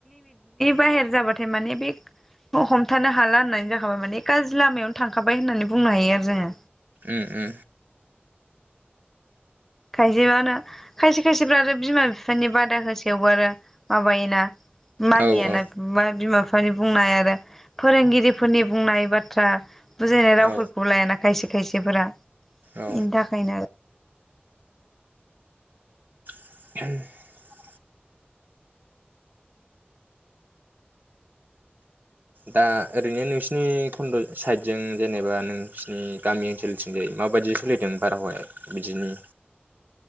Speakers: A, in the centre; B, on the right.
A: बाहेर जाबाथाय माने बे हमथानो हाला होननानै जाखाबाय माने गाज्रि लामायावनो थांखाबाय होननानै बुंनो हायो आरो जोङो।
B: ओ ओ
A: खायसेबानो खायसे खायसेफ्रा आरो बिमा बिफानि बादा होसेयावबो आरो माबायोना। मानिया
B: औ औ
A: ना मा बिमा बिफा बिफानि बुंनाय आरो फोरोंगिरिफोरनि बुंनाय बाथ्रा बुजायनाय रावफोरखौ
B: औ
A: लायाना खायसे खायसेफोरा
B: औ
A: इनि थाखायनो आरो
B: <unintelligible> दा ओरैनो नोंसिनि खन्द साइदजों जेनेबा नोंसोरनि गामि ओनसोलथिंजाय माबायदि सोलिदों बारहावाया बिदिनि